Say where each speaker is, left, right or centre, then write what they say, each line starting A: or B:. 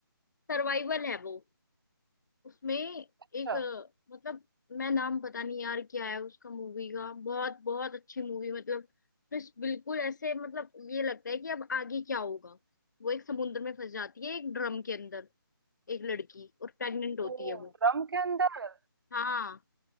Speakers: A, on the left; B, on the right.
A: सर्वाइवल है वो उसमें एक
B: अच्छा
A: अ, मतलब मैं नाम पता नहीं यार क्या है उसका मूवी का बहुत बहुत अच्छी मूवी मतलब बस बिल्कुल ऐसे मतलब ये लगता है कि अब आगे क्या होगा वो एक समुद्र में फंस जाती है एक ड्रम के अंदर एक लड़की और प्रेग्नेंट होती
B: ओ
A: है वो
B: ड्रम के अंदर
A: हाँ